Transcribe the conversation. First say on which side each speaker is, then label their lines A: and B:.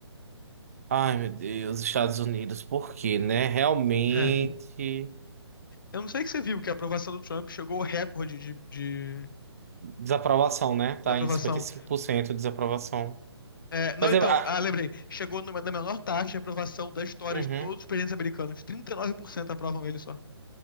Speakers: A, on the right; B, on the left.
A: Ai, meu Deus, Estados Unidos, por quê, né? Realmente.
B: né? Eu não sei que você viu que a aprovação do Trump chegou ao recorde de, de
A: Desaprovação, né? Tá
B: desaprovação
A: em 55% de desaprovação.
B: É, não,
A: Mas
B: então,
A: é. ah,
B: ah, lembrei. Chegou numa, na menor taxa de aprovação da história
A: uhum.
B: de todos os presidentes americanos. 39% aprovam ele só.